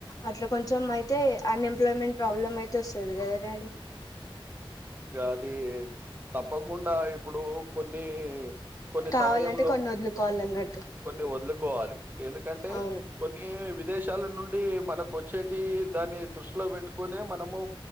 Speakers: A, on the left; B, on the right.
A: అట్లా కొంచెం అయితే అన్ఎంప్లాయ్మెంట్ ప్రాబ్లమ్ అయితే వస్తుంది కదా డాడీ
B: ఇ అది తప్పకుండా ఇప్పుడు కొన్ని కొన్ని
A: కావాలంటే
B: సమయంలో
A: కొన్ని వదులుకోవాలి అన్నట్టు
B: కొన్ని వదులుకోవాలి ఎందుకంటే
A: అవును
B: కొన్ని వి వి దేశాల నుండి మనకు వచ్చేటి దాన్ని దృష్టిలో పెట్టుకునే మనము